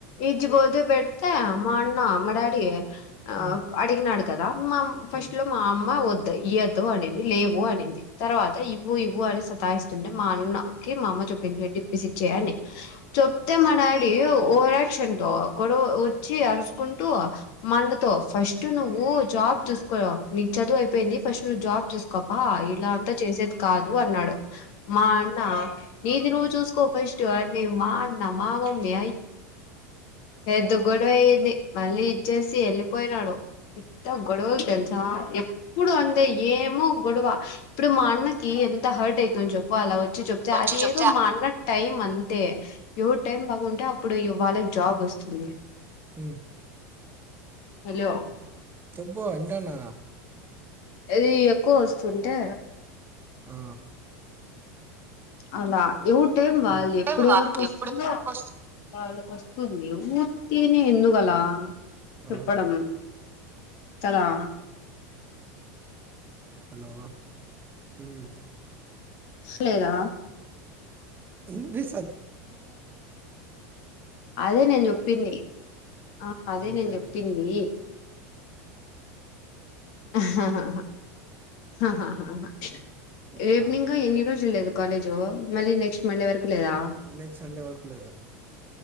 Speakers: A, on the left; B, on the right.
A: ఇ పోతే పెడ్తే మా అన్నా మ డాడీయే ఆ
B: ఉమ్,
A: అడికి నడు కదా ఫస్ట్లో
B: ఉమ్.
A: మా అమ్మా ఇయదు అనింది లే లేవు. అనింది తర్వాత ఇ ఇవ్వు ఇవ్వు అని సతాఇస్తుంటే మా అన్న కి మా అమ్మ చెప్పింది ఇచ్చేయి అని చొప్తే మా డాడీ ఓవరాక్షన్తో గొడ వచ్చి అరుసుకుంటూ మా అన్నతో ఫస్ట్ నువ్వు జాబ్ చూస్కో నీక్ చదువు అయిపోయింది. ఫస్ట్ నువ్వు జాబ్ చూస్ గపా ఇలా అంతా చేసేది కాదు అన్నాడు మా అన్న నీది నువ్వు చూస్ మా అన్న మా మమ్మీ <inaudible> గొడవ అయంది మళ్ళీ ఇచ్చేసి వెల్ పోయినాడు పెద్ద గొడవలు తెల్సా ఎప్పుడు అంతే ఏమో గొడవ ఇప్పుడు మా అన్నకి ఎంత హర్ట్ అయితుంది చెప్పు అలా వచ్ చెప్తే
B: వచ్చి
A: అది
B: చెప్తే
A: ఏదో మా అన్నక్ టైం అంతే ఎవర్ టైం బాగుంటే అప్పుడు ఇవ్వలే జాబ్ వస్తుంది.
B: హ్
A: హలో
B: చెప్పు ఇంటాన్న
A: ఇది ఎక్కో వస్తుంటే
B: ఆ,
A: అవులాా ఎవ టైం వాళ్ళు
B: ఉమ్,
A: ఎప్పుడెవరిక
B: ఏం వాళ్ళు
A: వస్తుందో
B: ఎప్పుడు వస్తుంది
A: వాళ్ళకి వస్తుంది ఊర్తినే ఎందుకల చెప్పడం
B: ఆ.
A: తదా
B: హలో ఉమ్,
A: సలేదా
B: ఇ <inaudible>
A: అదే నేను చెప్పింది ఆ అదే
B: ఏంది
A: నేను చెప్పింది అహాహా హాహాా ఆహా
B: కుక్క
A: రేపు ఇంకా ఎన్ని రోజులు లేదు కాలేజు మళ్ నెక్స్ట్ మండే వరకు లేదా
B: నెక్స్ట్ సండే వరకు లేదు